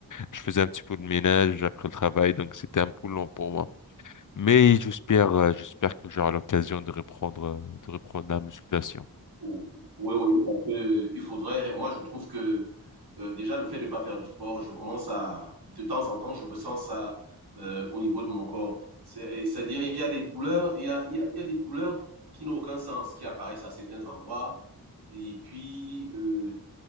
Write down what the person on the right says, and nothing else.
Oui, oui, parce que il faudrait, moi je trouve que euh, déjà le fait de ne pas faire de sport, je commence à, de temps en temps, je ressens ça euh, au niveau de mon corps. C'est- C'est-à-dire, il y a des douleurs, il y a, il y a, il y a des douleurs qui n'ont aucun sens, qui apparaissent à certains endroits. Et puis, euh,